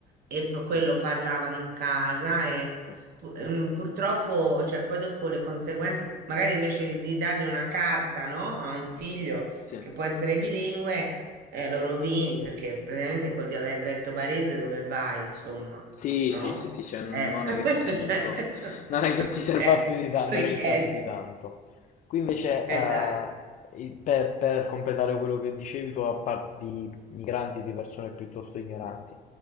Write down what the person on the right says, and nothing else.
e poi
quello parlavano in casa
e
pu- ehm, purtroppo, cioè, poi dopo le conseguenze, magari invece di dargli una carta, no, a un figlio
che può essere bilingue, eh, lo rovini perché praticamente col dialetto barese dove vai, insomma,
no?
Eh, <laughs>
cioè, <laughs>
cioè,
richieste.
Esatto,